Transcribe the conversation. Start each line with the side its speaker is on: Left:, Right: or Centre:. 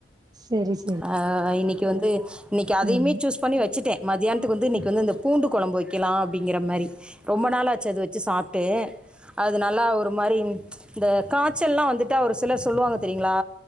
Right: சரி சரி
Centre: ஆ இன்னைக்கு வந்து இன்னைக்கு அதையுமே
Right: ம்
Centre: சூஸ் பண்ணி வச்சுட்டே மதியானத்துகு வந்து இன்னைகக்கு வந்து இந்த பூண்டு கொழம்பு வைக்கலா அப்டிங்கிற மாரி ரொம்ப நாளாச்சு அது வச்சு சாப்ட்டு அதனாலா ஒரு மாரி இந்த காச்சல்லா வந்துட்டா ஒரு சிலர் சொல்லுவாங்க தெரியுங்களா